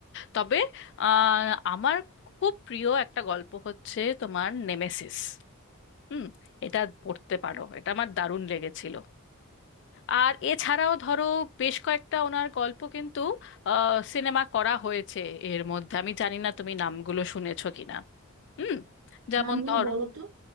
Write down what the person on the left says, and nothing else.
তবে আহ, আমার খুব প্রিয় একটা গল্প হচ্ছে তোমার নেমেসিস হুম এটা পড়তে পারো এটা আমার দারুণ লেগেছিল আর এছাড়াও ধরো বেশ কয়েকটা ওনার গল্প কিন্তু সিনেমা করা হয়েছে এর মধ্যে আমি জানি না তুমি নামগুলো শুনেছো কিনা হুম যেমন
ধরো